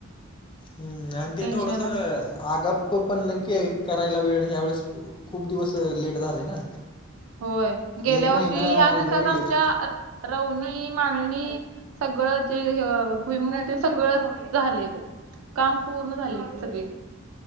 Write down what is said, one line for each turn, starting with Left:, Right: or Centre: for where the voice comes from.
Left: हम्म आणि ते
Right: टेन्शनच
Left: थोडस आगाप पण के करायला वेळ ह्यावेेळेस खूप दिवस लेट झालं आहे ना.
Right: होय गेल्या
Left: एक महिना
Right: वर्षी ह्या
Left: ऑलरेडी
Right: दिवसात आमच्या
Left: लेट
Right: रवनी, मांगणी सगळं जे हे भुईमूग ते सगळं झालेलं आहे. काम पूर्ण झाले सगळी